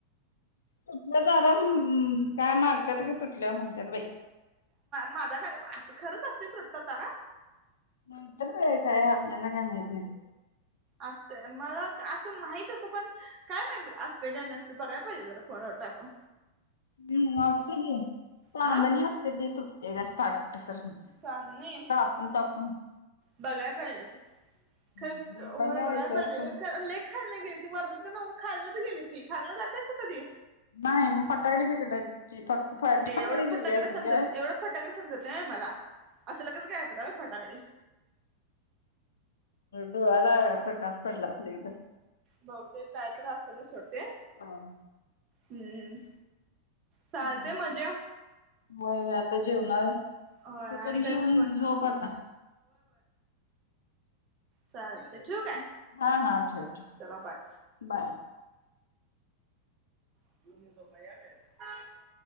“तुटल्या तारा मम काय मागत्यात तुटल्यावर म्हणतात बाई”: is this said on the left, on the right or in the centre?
Left